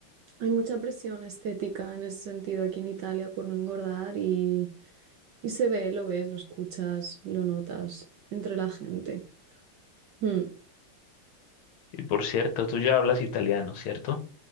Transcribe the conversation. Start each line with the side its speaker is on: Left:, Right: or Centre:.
Right: hay mucha presión estética en ese sentido aquí en Italia por no engordar y, y se ve, lo ves, lo escuchas, lo notas entre la gente. Mm.
Left: Y por cierto, tú ya hablas italiano, ¿cierto?